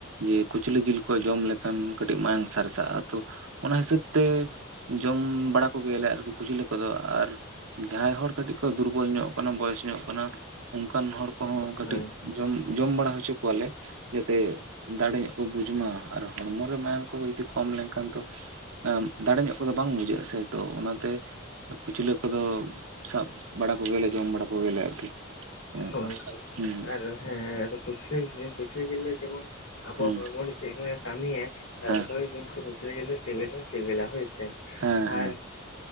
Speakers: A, on the right (about 80°); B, on the left (about 75°).
A: ᱡᱮ ᱠᱩᱪᱞᱟᱹ ᱡᱤᱞ ᱠᱚ ᱡᱚᱢ ᱞᱮᱠᱷᱟᱱ ᱠᱟᱹᱴᱤᱡ ᱢᱟᱭᱟᱝ ᱥᱟᱨᱥᱟᱜ-ᱟ᱾ ᱛᱚ ᱚᱱᱟ ᱦᱤᱥᱟᱹᱵ ᱛᱮ ᱡᱚᱢ ᱵᱟᱲᱟ ᱠᱚᱜᱮᱭᱟᱞᱮ ᱟᱨᱠᱤ ᱠᱩᱪᱞᱟᱹ ᱠᱚᱫᱚ ᱟᱨ ᱡᱟᱦᱟᱸᱭ ᱦᱚᱲ ᱠᱟᱹᱴᱤᱡ ᱠᱷᱚ ᱫᱩᱨᱵᱚᱞ ᱧᱚᱜ ᱠᱟᱱᱟ ᱵᱚᱭᱮᱥ ᱧᱚᱜ ᱠᱟᱱᱟ ᱚᱱᱠᱟᱱ ᱦᱚᱲ ᱠᱚᱦᱚᱸ ᱠᱟᱹᱴᱤᱡ
B: ᱦᱳᱭ
A: ᱡᱚᱢ ᱡᱚᱢ ᱵᱟᱲᱟ ᱦᱚᱪᱚ ᱠᱚᱣᱟᱞᱮ, ᱡᱟᱛᱮ ᱫᱟᱲᱮ ᱧᱚᱜ ᱠᱚ ᱵᱩᱡ ᱢᱟ ᱟᱨ ᱦᱚᱲᱢᱚ ᱨᱮ ᱢᱟᱭᱟᱝ ᱠᱚ ᱡᱩᱫᱤ ᱠᱚᱢ ᱞᱮᱱ ᱮᱠᱷᱟᱱ ᱛᱚ ᱮᱸ ᱫᱟᱲᱮ ᱧᱚᱜ ᱠᱚᱫᱚ ᱵᱟᱝ ᱵᱩᱡᱷᱟᱹᱜ ᱟᱥᱮ ᱛᱚ ᱚᱱᱟᱛᱮ ᱠᱩᱩᱪᱞᱟᱹ ᱠᱚᱫᱚ ᱥᱟᱵ ᱵᱟᱲᱟ ᱠᱚᱜᱮ ᱭᱟᱞᱮ ᱡᱚᱢ ᱵᱟᱲᱟ ᱠᱚᱜᱮ ᱭᱟᱞᱮ ᱚᱱᱠᱟ
B: ᱦᱳᱭ ᱦᱳᱭ
A: ᱦᱩᱸ᱾
B: ᱟᱨ ᱦᱮᱸ ᱟᱫᱚ ᱠᱩᱪᱞᱟᱹ ᱡᱤᱞ ᱠᱩᱪᱞᱟᱹ ᱡᱤᱞ ᱫᱚ ᱡᱮᱢᱚᱱ ᱟᱵᱚᱣᱟᱜ
A: ᱦᱩᱸ
B: ᱦᱚᱲᱢᱚ ᱨᱮ ᱪᱮᱫ ᱞᱮᱠᱟ ᱠᱟᱹᱢᱤ ᱟᱭ ᱟᱨ
A: ᱦᱮᱸ
B: ᱚᱱᱠᱚ ᱜᱮ ᱠᱤᱱᱛᱩ ᱠᱩᱪᱞᱟᱹ ᱡᱤᱞ ᱫᱚ ᱥᱤᱵᱮᱞ ᱦᱚᱸ ᱥᱤᱵᱤᱞ-ᱟ ᱦᱚᱭ ᱥᱮ᱾
A: ᱦᱮᱸ
B: ᱟᱨ
A: ᱦᱮᱸ